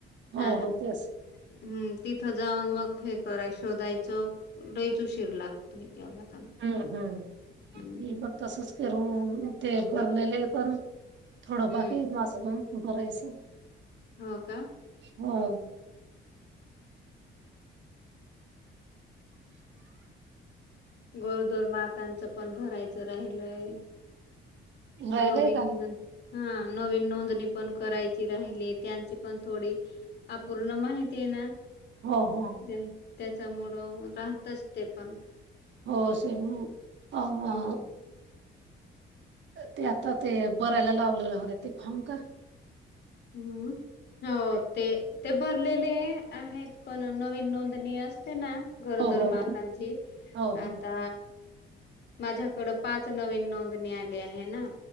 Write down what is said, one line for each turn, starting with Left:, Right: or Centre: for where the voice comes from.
Right: हो,
Left: अ
Right: हो तेच.
Left: हम्म तिथं जाऊन मग हे कराय शोधायचं लईचउशीर लागतो त्याला पण
Right: हम्म हम्म
Left: हम्म
Right: हे मग तसच करून इथे भरलेले आहे पण थोडं
Left: हम्म
Right: बाकी माझं पण भरायचं
Left: हो का
Right: हो
Left: गोरदोर मातांचं पण भरायचं राहिलय
Right: राहिलंय
Left: नवीनन
Right: का?
Left: हा नवीन नोंदणी पण करायची राहिली त्यांची पण थोडी अपूर्ण माहिती आहे ना
Right: हो हो
Left: त्या- त्याच्यामुळं राहतच ते पण
Right: हो से अं
Left: हम्म
Right: ते आता ते बरायला लावलेलं होत ते फम का
Left: हम्म हो ते ते भरलेले आहेत पण नवीन नोंदणी अस ते ना गरोदर
Right: हो, हो,
Left: मातांची
Right: हो, हो, हो.
Left: आता माझ्याकड पाच नवीन नोंदणी आली आहे ना